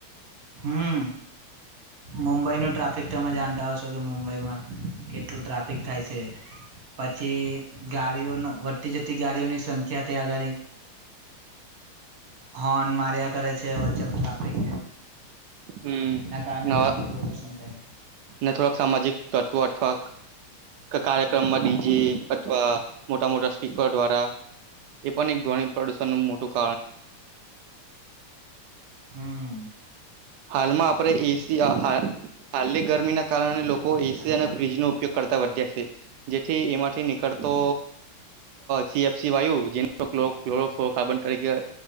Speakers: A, on the right; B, on the right.
A: હમ મુંબઈનુંું ટ્રાફિક તમે જાણતા હ છો કે મુંબઈમાં કેટલું ટ્રાફિક થાય છે પછી ગાડીઓ વધતી જતી ગાડીઓની સંખ્યા તે આગળ હોર્ન માર્યા કરે છે વચ્ચે ટ્રાફિક
B: હમ
A: ના કારણે્રોહ
B: નવા
A: પ્રદુષણ થાય
B: ને થોડાક સામાજિક તત્વઆથક કાર્યક્રમમાં ડીજે અથવા મોટા મોટા સ્પીકર દ્વારા એ પણ એક ધ્વની પ્રદુષણ નનું મોટું <inaudible>
A: હમ
B: હાલમાં આપણે એસી હાલની ગરમીના કારણે લોકો એસી
A: ચાર
B: અને
A: મિનિટ
B: ફ્ર્રીજ નો ઉપયોગ કરતા વધ્યા છે જેથી એમાંથી નીકળતો સીફસી વાયુ જેને કાર્બન તરીકે